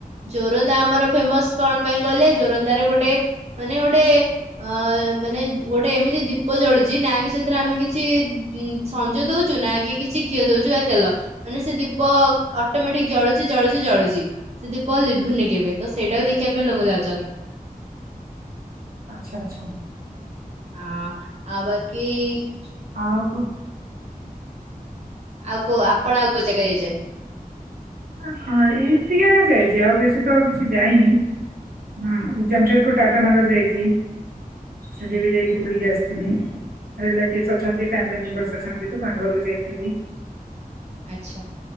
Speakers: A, on the right (about 45°); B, on the right (about 80°).
A: ଜୋରନ୍ଦା ଆମର ଫେମସ କଣ ପାଇଁ କହିଲେ ଚୋରନ୍ଦରେ ଗୋଟେ ମାନେ ଗୋଟେ ଅ ମାନେ ଗୋଟେ ଏମିତି ଦୀପ ଜଳୁଛି ନା କି ସେଥିରେ ଆମେ କିଛି ସଞ୍ଜ ଦଉଛୁ ନା କି କିଛି ଘିଅ ଦଉଛୁ ବା ତେଲ ମାନେ ସେ ଦୀପ ଅଟୋମେଟିକ ଜଳୁଛି ଜଳୁଛି ଜଳୁଛି। ସେଦି ଦୀପ ଲିଭୁନି କେବେ ତ ସେଇଟା କୁ ଦେଖ <unintelligible> ଲୋକ ଯାଉଛନ୍ତି।
B: ଆଛା ଆଛା।
A: ଆ ଆଉ ବାକି କି
B: ଆଉ କ
A: ଆଉ କୋଉ ଆପଣ ଆଉ କୋଉ ଜାଗା ଯାଇଛନ୍ତି?
B: <unintelligible> ଯାଇଛି ଆଉ ବେଶୀ ତ ଆଉ କିଛି ଯାଇନି। ହଁ ଜାମଶେଦପୁର ଟାଟାନଗର ଯାଇଛି। ସେଠି ବି ଯାଇକି ବୁଲିକି ଆସିଥିଲି ରିଲେଟିଭ ଅଛନ୍ତି ଫ୍ୟାମିଲି ମେମ୍ବରସ ଅଛନ୍ତି ତ ତାଙ୍କ ଘରୁକୁ ଯାଇଥିଲି।
A: ଆଚ୍ଛା